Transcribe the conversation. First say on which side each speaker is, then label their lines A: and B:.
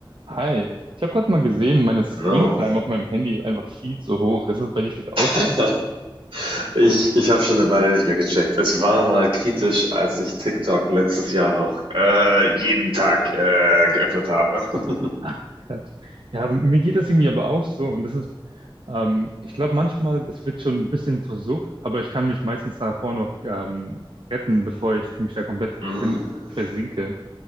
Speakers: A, on the right (about 65°); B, on the right (about 85°).
A: Hi, ich habe gerade mal gesehen, meine Screentime
B: No.
A: auf meinem Handy ist einfach viel zu hoch. Ist das bei dir vielleicht auch so?
B: <laughs> Ich, ich habe schon eine Weile nicht mehr gecheckt. Es war mal kritisch, als ich TikTok letztes Jahr noch äh, jeden Tag äh, geöffnet habe. <laughs>
A: Ach, krass. Ja, mir geht das irgendwie aber auch so. Und das ist, ähm, ich glaube manchmal, das wird schon ein bisschen zur Sucht, aber ich kann mich meistens davor noch ähm, retten, bevor ich mich da komplett
B: Mm.
A: drin versinke.